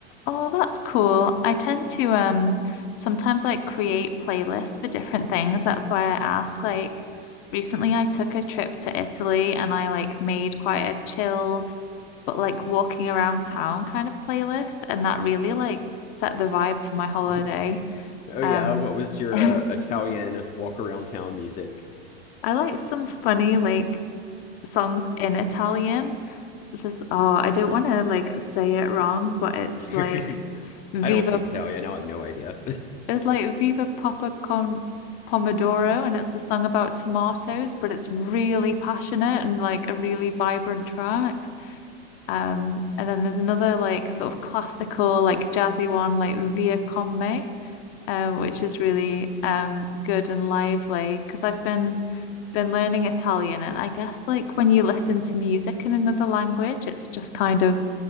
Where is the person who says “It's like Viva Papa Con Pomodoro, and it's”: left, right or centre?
Left